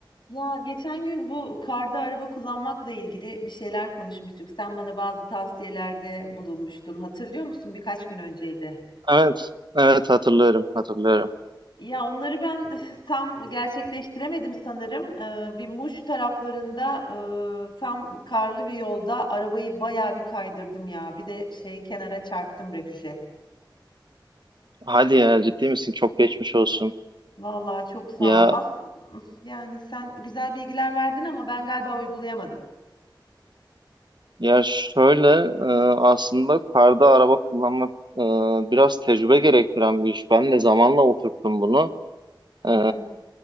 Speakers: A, on the left; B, on the right.
A: Ya geçen gün bu karda araba kullanmakla ilgili bir şeyler konuşmuştuk. Sen bana bazı tavsiyelerde bulunmuştun. Hatırlıyor musun? Birkaç gün önceydi.
B: Evet, evet hatırlıyorum, hatırlıyorum.
A: Ya onları ben <laughs> tam gerçekleştiremedim sanırım. Ee, bir Muş taraflarında e, tam karlı bir yolda arabayı bayağı bir kaydırdım ya. Bir de şey kenara çarptım refüje.
B: Hadi ya ciddi misin? Çok geçmiş olsun.
A: Vallahi çok sağ
B: Ya
A: ol. As yani sen güzel bilgiler verdin ama ben galiba uygulayamadım.
B: ya şöyle e, aslında karda araba kullanmak e, biraz tecrübe gerektiren bir iş. Ben de zamanla oturttum bunu.
A: Hı hı
B: E,